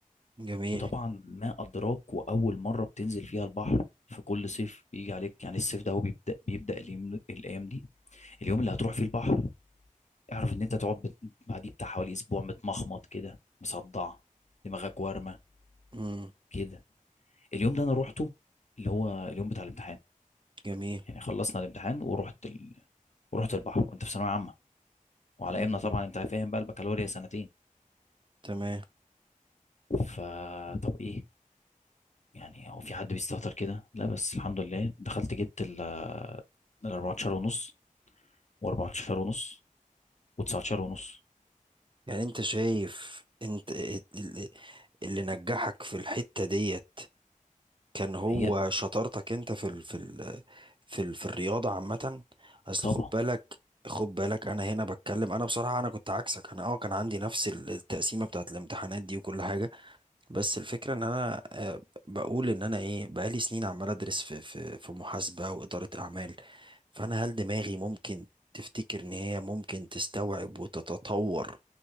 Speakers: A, on the right; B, on the left.
A: جميل
B: وطبعا ما أدراك وأول مرة بتنزل فيها البحر في كل صيف بيجي عليك يعني الصيف ده هو بيبدأ بيبدأ اليوم الأيام دي اليوم اللي هتروح فيه البحر اعرف إن أنت تقعد بت- بعديه بتاع حوالي أسبوع متمخمط كده مصدع دماغك وارمة
A: مم.
B: كده اليوم ده أنا روحته اللي هو اليوم بتاع الامتحان
A: جميل
B: يعني خلصنا الامتحان ورحت ال... ورحت البحر وأنت في ثانوية عامة وعلى
A: مم.
B: أيامنا طبعا أنت فاهم بقى البكالوريا سنتين
A: تمام
B: فطب إيه يعني هو في حد بيستهتر كده لا بس الحمد لله دخلت جبت ال ال 14 ونص و14 ونص و19 ونص
A: يعني انت شايف انت ال- ال- اللي نجحك في الحتة ديت كان هو
B: هي
A: شطارتك انت في ال في ال في ال في الرياضه عامه اصل
B: طبعا
A: خد بالك خد بالك انا هنا بتكلم انا بصراحه انا كنت عكسك انا اه كان عندي نفس التقسيمه بتاعت الامتحانات دي وكل حاجه بس الفكرة ان انا آه، بقول ان انا ايه بقالي سنين عمال ادرس في في في محاسبة وإدارة اعمال فانا هل دماغي ممكن تفتكر ان هي ممكن تستوعب وتتطور